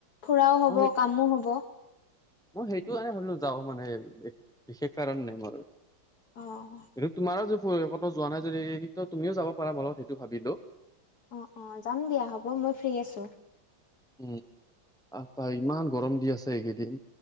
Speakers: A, on the left (about 55°); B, in the centre.
A: ফুৰাও হ'ব
B: মই সেই
A: কামো হ'ব।
B: মই সেইটো কাৰনে ভাবিলো যাও মানে বিশেষ কাৰণ নাই মোৰ। কিন্তু
A: অ
B: তোমাৰো যে ক'ত যোৱা নাই যদি তুমিও যাব পাৰা মোৰ লগত সেইটো ভাবিলো।
A: অ'- অ', যাম দিয়া হ'ব মই ফ্ৰী আছো।
B: উম, অহ পাই ইমান গৰম দি আছে এইকেইদিন।